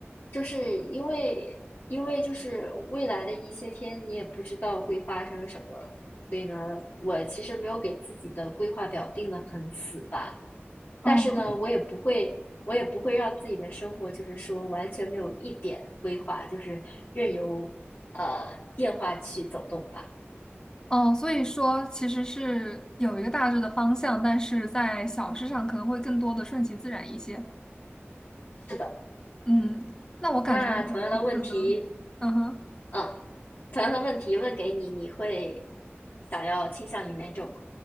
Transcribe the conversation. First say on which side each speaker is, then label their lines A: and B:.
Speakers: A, on the left (about 55°); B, on the left (about 20°).
A: 就是因为因为就是未来的一些天你也不知道会发生什么，所以呢，我其实没有给自己的规划表定得很死吧。
B: 哦，
A: 但是呢，我也不会，我也不会让自己的生活就是说完全没有一点规划，就是任由呃变化去走动吧。
B: 哦，所以说其实是有一个大致的方向，但是在小事上可能会更多的顺其自然一些。
A: 是的，
B: 嗯，那我感觉我可能，
A: 那同样的问题，
B: 嗯哼。
A: 嗯，同样的问题问给你，你会想要倾向于哪种呢？